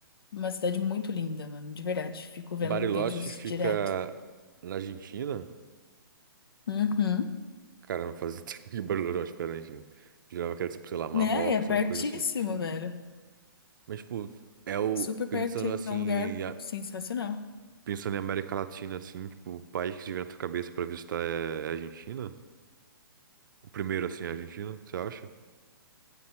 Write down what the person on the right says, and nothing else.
Bariloche
fica
na Argentina?
Cara, eu não fazia <laughs> ideia que Bariloche fica na Argentina. Jurava que era tipo, sei lá, Marrocos,
alguma coisa assim.
Mas, tipo, é o
pensando
assim,
Pensando em América Latina, assim, tipo, o país que te vem na tua cabeça pra visitar é é a Argentina? O primeiro, assim, é a Argentina, você acha?